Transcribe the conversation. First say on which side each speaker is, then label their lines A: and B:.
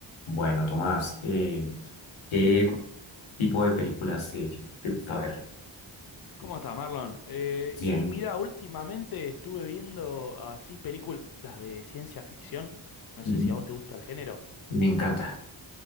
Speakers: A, on the left; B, on the left.
A: Bueno, Tomás, eh, ¿qué tipo de películas te, te gusta ver?
B: ¿Cómo estás, Marlon? Eh,
A: Bien,
B: y mira, últimamente estuve viendo así películas de ciencia ficción. No sé
A: Ujú.
B: si a vos te gusta el género.
A: me encanta.